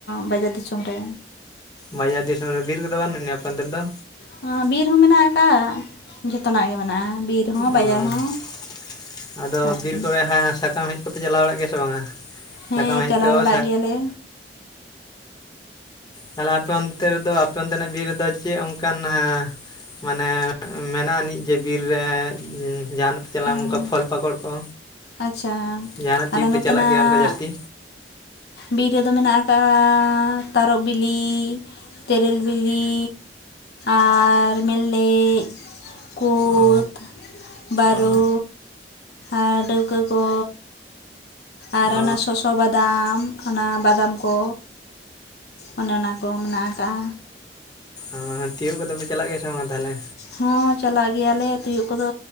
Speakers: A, on the left (about 65°); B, on the left (about 25°).
A: ᱵᱟᱡᱟᱨ ᱫᱤᱥᱚᱢ ᱨᱮ᱾
B: ᱵᱟᱡᱟᱨ ᱫᱤᱥᱚᱢ ᱨᱮ, ᱵᱤᱨ ᱠᱚᱫᱚ ᱵᱟᱱᱩᱜ-ᱟᱱᱤᱡ ᱟᱯᱮ ᱚᱱᱛᱮ ᱨᱮᱫᱚ?
A: ᱦᱟᱸ, ᱵᱤᱨ ᱦᱚᱸ ᱢᱮᱱᱟᱜ ᱟᱠᱟᱫ ᱡᱚᱛᱚᱱᱟᱜ ᱜᱮ ᱢᱮᱱᱟᱜ-ᱟ ᱵᱤᱨ᱾ ᱦᱚᱸ ᱵᱟᱡᱟᱨ
B: ᱚ,
A: ᱦᱚᱸ
B: ᱟᱫᱚ
A: ᱟᱨᱠᱤ
B: ᱵᱤᱨ ᱠᱚᱨᱮ ᱦᱟᱸᱜ ᱥᱟᱠᱟᱢ ᱦᱮᱡ ᱠᱚᱯᱮ ᱪᱟᱞᱟᱣ ᱵᱟᱲᱟᱜ ᱜᱮᱭᱟ ᱥᱮ ᱵᱟᱝᱟ?
A: ᱦᱮᱸ
B: ᱥᱟᱠᱟᱢ ᱦᱮᱡ
A: ᱪᱟᱞᱟᱣ
B: ᱠᱚ, <unintelligible>
A: ᱵᱟᱲᱟᱜ
B: ᱚ᱾
A: ᱜᱮᱭᱟᱞᱮ
B: ᱛᱟᱞᱦᱮ ᱟᱯᱮ ᱚᱱᱛᱮ ᱨᱮᱫᱚ ᱟᱯᱮ ᱚᱱᱛᱮᱱᱟᱜ ᱵᱤᱨ ᱨᱮᱫᱚ ᱪᱮᱫ ᱚᱱᱠᱟᱱᱟᱦᱟ? ᱢᱟᱱᱮ ᱢᱮᱱᱟᱜ-ᱟᱹᱱᱤᱡ ᱡᱮ ᱵᱤᱨ ᱨᱮ ᱡᱟᱸᱦᱟᱱ ᱪᱟᱞᱟᱣ
A: ᱦᱮᱸ
B: ᱚᱱᱠᱟ ᱯᱷᱚᱞ ᱯᱟᱠᱚᱲ ᱠᱚ,
A: ᱟᱪᱪᱷᱟ
B: ᱡᱟᱸᱦᱟᱱᱟᱜ ᱛᱤᱭᱳᱜ
A: ᱟᱞᱮ ᱱᱚᱛᱮᱱᱟᱜ
B: ᱯᱮ ᱪᱟᱞᱟᱜ ᱜᱮᱭᱟ ᱚᱝᱠᱟ ᱡᱟᱹᱥᱛᱤ?
A: ᱵᱤᱨ ᱨᱮᱫᱚ ᱢᱮᱱᱟᱜ ᱟᱠᱟᱜ-ᱟ ᱛᱟᱨᱚᱵᱽ ᱵᱤᱞᱤ, ᱛᱮᱹᱨᱮᱹᱞ ᱵᱤᱞᱤ ᱟᱨ ᱢᱮᱞᱞᱮᱡ, ᱠᱩᱫᱽ,
B: ᱚ
A: ᱵᱟᱹᱨᱩ
B: ᱚ
A: ᱟᱨ ᱰᱟᱹᱣᱠᱟᱹ ᱠᱚ᱾ ᱟᱨ
B: ᱚ
A: ᱚᱱᱟ ᱥᱚᱥᱚ ᱵᱟᱫᱟᱢ, ᱚᱱᱟ ᱵᱟᱫᱟᱢ ᱠᱚ᱾ ᱚᱱᱮ ᱚᱱᱟ ᱠᱚ ᱢᱮᱱᱟᱜ ᱟᱠᱟᱜ-ᱟ᱾
B: ᱟᱸ ᱛᱤᱭᱳᱜ ᱠᱚᱫᱚ ᱯᱮ ᱪᱟᱞᱟᱜ ᱜᱮᱭᱟ ᱥᱮ ᱵᱟᱝ ᱛᱟᱦᱞᱮ?
A: ᱦᱚᱸ ᱪᱟᱞᱟᱜ ᱜᱮᱭᱟᱞᱮ ᱛᱤᱭᱳᱜ ᱠᱚᱫᱚ